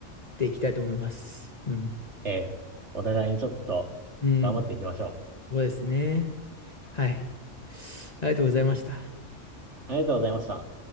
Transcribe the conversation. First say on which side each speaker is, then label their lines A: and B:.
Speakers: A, on the left; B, on the right.
A: ていきたいと思います。うん。
B: えーお互いにちょっと頑張っていきましょ
A: うん。そうですね。はい。ありがとうございました。
B: う。ありがとうございました。